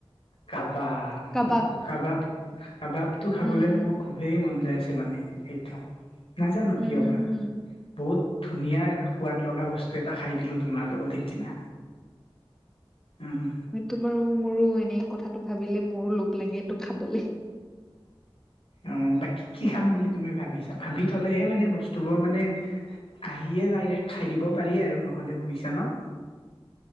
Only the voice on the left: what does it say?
কাবাব।
কাবাব, কাবাবটো খাবলৈ
মোৰ খুবেই মন যায় আছে মানে সেইটো। নাজানো
কিয়
বা
বহুত ধুনীয়া এটা সোৱাদ লগা বস্তু এটা খাই দিলোঁ তোমাৰ লগত সিদিনা। উম, হু।
অ' বাকী কি খাম বুলি তুমি ভাবিছা, ভাবি থলেহে মানে বস্তুবোৰ মানে আহিয়ে ডাইৰেক্ট খাই দিব পাৰি আৰু নহ'লে বুজিছা ন'?